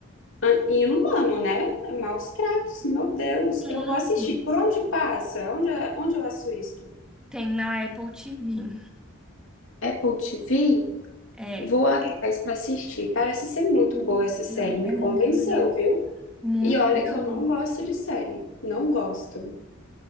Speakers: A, on the left; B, in the centre.
A: an- inumano, né? É Maus tratos, meu Deus.
B: Sim,
A: Eu vou assistir. Por onde passa? Onde, é, onde eu assisto isto?
B: tem na Apple TV.
A: Apple TV?
B: É.
A: Vou atrás pra assistir. Parece ser muito
B: Hum,
A: boa essa série, me
B: É
A: convenceu,
B: é muito legal.
A: viu?
B: Muito
A: E olha
B: legal
A: que eu
B: mesmo.
A: não gosto de série, não gosto.